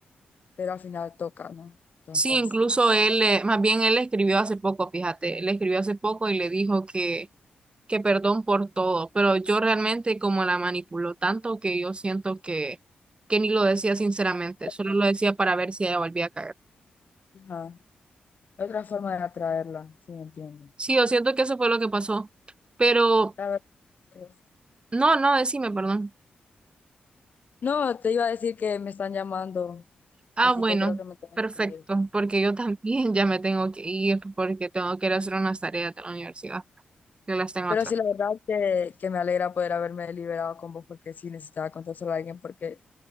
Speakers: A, on the left (about 55°); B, on the right (about 30°).
A: pero al final toca, ¿no? Entonces,
B: Sí, incluso él, eh, más bien él le escribió hace poco, fíjate, le escribió hace poco y le dijo que, que perdón por todo, pero yo realmente como la manipuló tanto que yo siento que, que ni lo decía sinceramente,
A: Ajá.
B: solo lo decía para ver si ella volvía a caer.
A: ajá, otra forma de atraerla, sí, entiendo.
B: Sí, yo siento que eso fue lo que pasó, pero
A: La verdad que-
B: no, no, decime, perdón.
A: No, te iba a decir que me están llamando,
B: Ah,
A: así
B: bueno,
A: que creo que me tengo
B: perfecto,
A: que ir.
B: porque yo también ya me tengo que ir porque tengo que ir a hacer unas tareas de la universidad. Yo las tengo
A: Pero
B: atrás.
A: sí, la verdad que, que me alegra poder haberme liberado con vos porque sí necesitaba contárselo a alguien porque